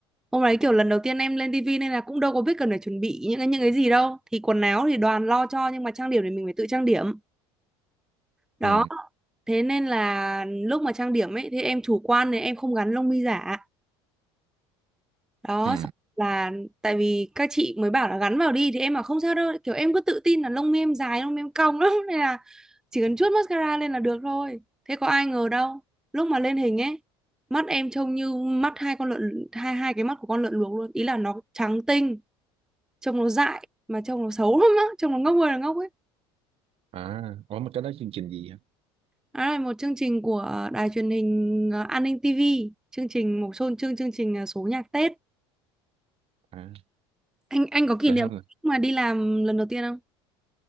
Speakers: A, in the centre; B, on the right.
A: hôm đấy kiểu lần đầu tiên em lên tivi nên là cũng đâu có biết cần phải chuẩn bị những cái những cái gì đâu. Thì quần áo thì đoàn lo cho nhưng mà trang điểm thì mình phải tự trang điểm. Đó,
B: ừ,
A: thế nên là lúc mà trang điểm ấy thì em chủ quan nên em không gắn lông mi giả đó
B: ừ,
A: xong là tại vì các chị mới bảo là gắn vào đi thì em bảo không sao đâu kiểu em cứ tự tin là lông mi em dài lông mi em cong lắm <laughs> nên là chỉ cần chuốt mascara lên là được thôi thế có ai ngờ đâu lúc mà lên hình ấy mắt em trông như mắt hai con lợn hai hai cái mắt của con lợn luộc luôn ý là nó trắng tinh trông nó dại mà trông nó xấu lắm á trông nó ngốc ơi là ngốc ấy
B: à, ủa mà cái đó chương trình gì hả?
A: đó là một chương trình của đài truyền hình ờ, An ninh TV chương trình một chương chương chương trình ờ, số nhạc Tết
B: À,
A: anh anh có kỷ
B: đại
A: niệm
B: học nè.
A: mà đi làm lần đầu tiên không?